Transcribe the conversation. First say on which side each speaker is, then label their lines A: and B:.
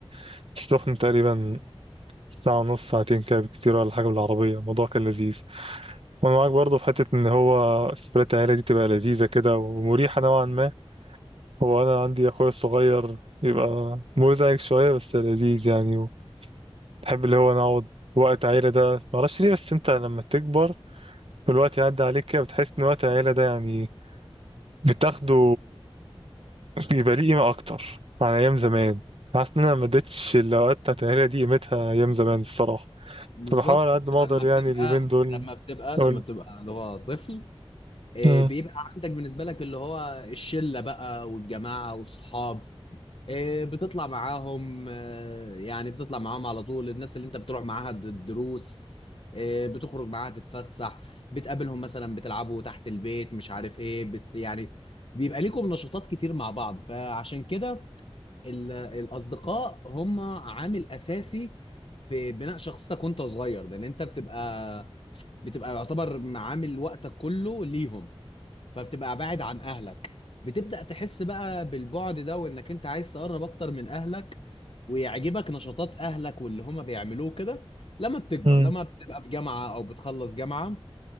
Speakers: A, on the right; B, on the left.
A: فالسخنة تقريبا ساعة ونص ساعتين كده بكتير ولا حاجة بالعربية الموضوع كان لذيذ وانا معاك برضه في حتة ان هو سفرية العيلة دي تبقى لذيذة كده ومريحة نوعا ما هو انا عندي اخويا الصغير يبقى مزعج شوية بس لذيذ يعني بحب اللي هو نقعد وقت عيلة ده معرفش ليه بس انت لما تكبر والوقت يعدي عليك كده بتحس ان وقت العيلة ده يعني بتاخده بيبقى ليه قيمة أكتر عن أيام زمان حاسس إن أنا ما اديتش الأوقات بتاعت العيلة دي قيمتها أيام زمان الصراحة
B: بالظبط
A: فبحاول على قد ما أقدر
B: لما
A: يعني
B: بتبقى
A: اليومين دول
B: لما بتبقى
A: أقول
B: لما بتبقى اللي هو طفل إيه،
A: مم،
B: بيبقى عندك بالنسبة لك اللي هو الشلة بقى والجماعة والصحاب إيه، بتطلع معاهم آه، يعني بتطلع معاهم على طول الناس اللي انت بتروح معاها الد- الدروس إيه، بتخرج معاها تتفسح بتقابلهم مثلا بتلعبوا تحت البيت مش عارف ايه بت يعني بيبقى ليكم نشاطات كتير مع بعض فعشان كده ال- الأصدقاء هم عامل أساسي في بناء شخصيتك وانت صغير لأن انت بتبقى بتبقى يعتبر عامل وقتك كله ليهم فبتبقى بعد عن اهلك بتبدأ تحس بقى بالبعد ده وانك انت عايز تقرب اكتر من اهلك ويعجبك نشاطات اهلك واللي هما بيعملوه كده لما بتكبر
A: مم،
B: لما بتبقى في جامعة او بتخلص جامعة